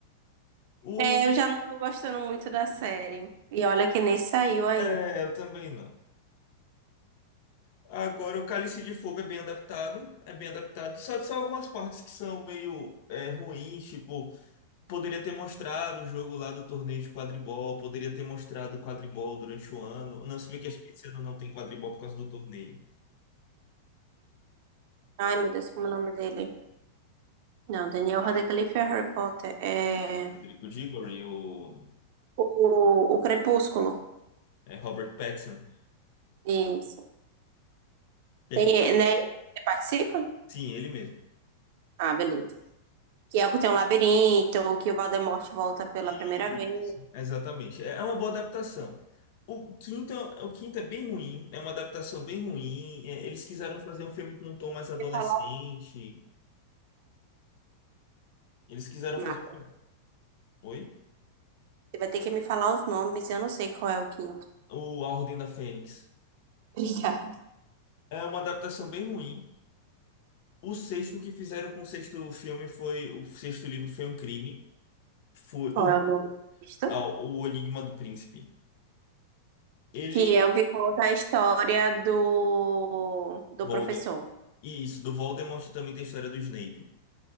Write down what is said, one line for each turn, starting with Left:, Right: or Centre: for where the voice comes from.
Left: O...
Right: É, eu já não tô gostando muito da série. E olha que nem saiu ainda.
Left: É, eu também não. Agora, o Cálice de Fogo é bem adaptado, é bem adaptado. Só, só algumas partes que são meio é, ruins, tipo. Poderia ter mostrado o jogo lá do torneio de quadribol, poderia ter mostrado o quadribol durante o ano. Não, se bem que acho que esse ano não tem quadribol por causa do torneio.
Right: Ai, meu Deus, como é o nome dele? Não, Daniel Radcliffe é Harry Potter. É
Left: Rodrigo Diggory, o
Right: o, o Crepúsculo.
Left: é, Robert Pattinson.
Right: Isso.
Left: É
Right: Tem,
Left: que-
Right: né? Ele participa?
Left: Sim, ele mesmo.
Right: Ah, beleza. Que é o que tem um labirinto, que o Voldemort volta pela
Left: E
Right: primeira vez. Você
Left: exatamente. É é uma boa adaptação. O quinto, é- o quinto é bem ruim, é uma adaptação bem ruim. É, eles quiseram fazer um filme com um tom mais adolescente.
Right: falar
Left: Eles quiseram
Right: o
Left: fazer
Right: mapa.
Left: um filme. Oi?
Right: Você vai ter que me falar os nomes, eu não sei qual é o quinto.
Left: O A Ordem da Fênix.
Right: <laughs> Obrigada.
Left: É uma adaptação bem ruim. O sexto que fizeram com o sexto filme foi. O sexto livro foi um crime. Foi
Right: Qual
Left: horrível.
Right: é o nome disso?
Left: Ah, o Enigma do Príncipe. Ele.
Right: Que é o que conta a história do, do
Left: Voldemort.
Right: professor.
Left: E isso, do Voldemort também tem a história do Snape.